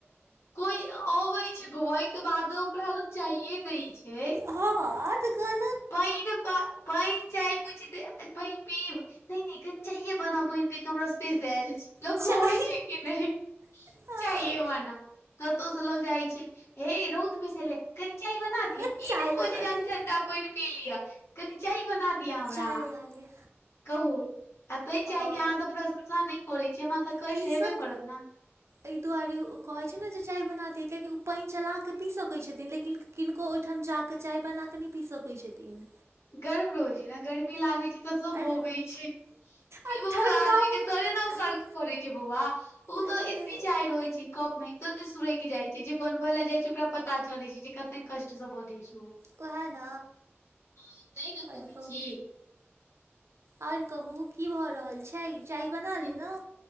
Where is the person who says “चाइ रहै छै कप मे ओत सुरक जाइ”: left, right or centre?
Left